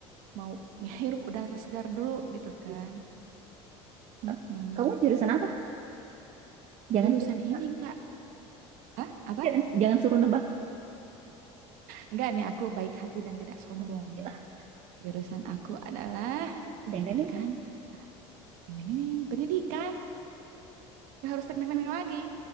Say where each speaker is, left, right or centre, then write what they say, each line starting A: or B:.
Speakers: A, on the right (about 65°); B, on the right (about 45°).
A: mau ngehirup udara segar dulu gitu kan.
B: Di-
A: Mm-mm.
B: eh, Kamu jurusan apa? Jangan
A: Jurusan
B: suruh nebak.
A: ini Kak, ah apa?
B: Jangan jangan suruh nebak.
A: Enggak nih aku baik hati dan tidak sombong.
B: Oke Lah,
A: Jurusan aku adalah pendidikan.
B: teng teng teng teng.
A: Ding, ding, ding, ding. Pendidikan. Nggak harus teknik-teknik lagi.